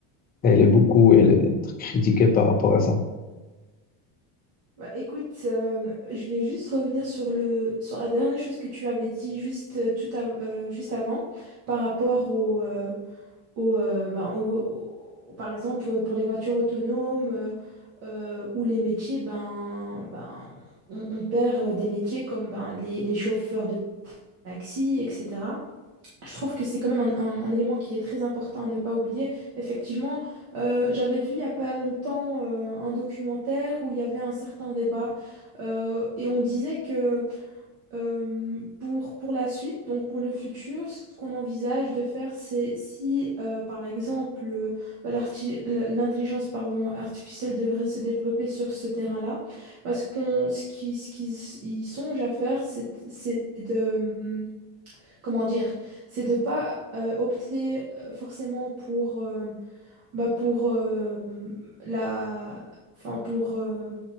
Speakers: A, on the left; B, on the right.
A: elle est beaucoup, elle est très critiquée par rapport à ça.
B: Bah, écoute, euh, je vais juste revenir sur le, sur la dernière chose que tu avais dit juste, euh, tout av- euh, juste avant par rapport au, euh, au, euh, ben, au- au- par exemple, euh, pour les voitures autonomes euh, euh, ou les métiers, ben, ben, on, on perd euh, des métiers comme ben, les, les chauffeurs de taxi, etc. Je trouve que c'est quand même un, un- un élément qui est très important à ne pas oublier. Effectivement, euh, j'avais vu il n'y a pas longtemps euh, un documentaire où il y avait un certain débat euh, et on disait que euh, pour, pour la suite, donc pour le futur, ce qu'on envisage de faire, c'est si, euh, par exemple, euh, bah, l'arti- l- l'intelligence pardon, artificielle devrait se développer sur ce terrain-là, bah, ce qu'on, ce qui, ce qu'ils y songent à faire, c'est, c'est de, hum, comment dire, c'est de pas euh, opter euh, forcément pour, euh, bah, pour euh, la, enfin pour, euh,